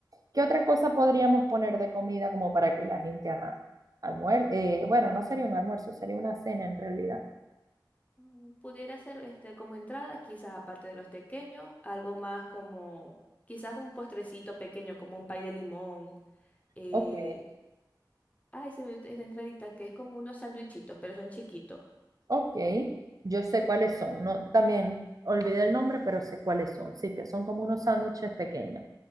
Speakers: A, on the right (about 50°); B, on the left (about 20°).
A: ¿Qué otra cosa podríamos poner de comida como para que la gente, ajá, almuerce? bueno, no sería un almuerzo, sería una cena en realidad.
B: Mm, Pudiera ser este como entrada, quizás aparte de los pequeños, algo más como quizás un postrecito pequeño, como un pay de limón Eh,
A: Ok,
B: ay, se me dio esa entradita que es como unos sandwichitos, pero son chiquitos.
A: ok, yo sé cuáles son. No, también olvidé el nombre, pero sé cuáles son. Sí, que son como unos sándwiches pequeños.